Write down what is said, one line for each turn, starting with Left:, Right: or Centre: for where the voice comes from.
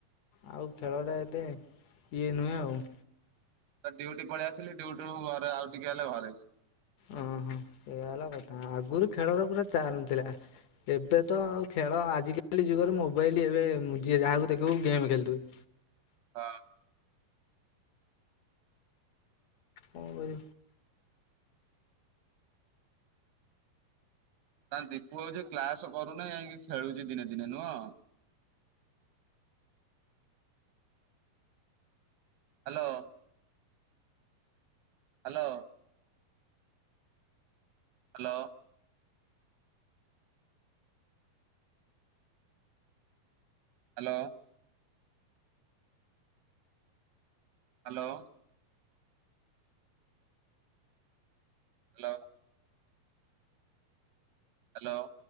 Left: ଆଉ ଖେଳ ଟା ଏତେ ଇଏ ନୁହେଁ ଆଉ।
Right: ତ ଡ୍ୟଉଟି ପଳେଇ ଆସିଲି ଡ୍ୟୁଟି ରୁ ଘରେ ଆଉ ଟିକେ ହେଲେ ଘରେ।
Left: ଓହୋ ଏଇ ସେୟା ହେଲା କଥା, ଆଗରୁ ଖେଳର ପୁରା ଚା ନଥିଲା। ଏବେ ତ ଖେଳ ଆଜିକାଲି ଯୁଗରେ ମୋବାଇଲ ଏବେ ଯିଏ ଯାହାକୁ ଦେଖିବୁ ଗେମ୍ ଖେଳୁଥିବେ।
Right: ହଁ।
Left: ହଁ।
Right: ତା ଦୀପୁ ହୋଉଚି କ୍ଲାସ କରୁନି, ଯାଇଁକି ଖେଳୁଛି ଦିନେ ଦିନେ ନୁହଁ? Hello. Hello. Hello. Hello. Hello. Hello. Hello.